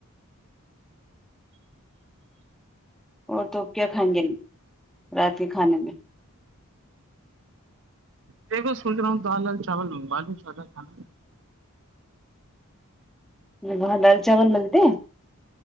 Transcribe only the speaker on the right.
دیکھو سوچ رہا ہوں دال دال چاول منگوالوں سادہ کھانا